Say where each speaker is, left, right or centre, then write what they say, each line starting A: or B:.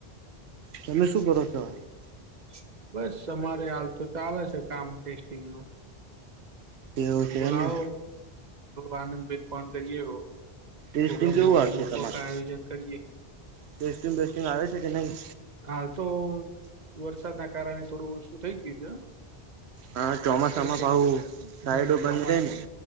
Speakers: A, on the right; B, on the right.
A: તમે શું
B: <unintelligible>
A: કરો છો
B: બસ અમારે હાલ તો ચાલે છે કામ ટેસ્ટિંગ નું.
A: એવું છે
B: બુલાવ
A: એમને
B: આનંદબેન ફોન કરીએ.
A: ટેસ્ટિંગ
B: પ્રોગ્રમ
A: કેવું
B: - બોગ્રમ
A: આવે છે
B: ન
A: તમારે
B: કો ક આયોજન કરીએ.
A: ટેસ્ટિંગ બેસ્ટિંગ આવે છે કે નહી
B: હા તો વરસાદ ના કારણે થોડું ઓછું થઇ ગયું છે.
A: હા ચોમાસામાં
B: કઈ કઈક
A: ભાવુ સાઈડ
B: હમ ચોમાસું
A: બંધ રે ને.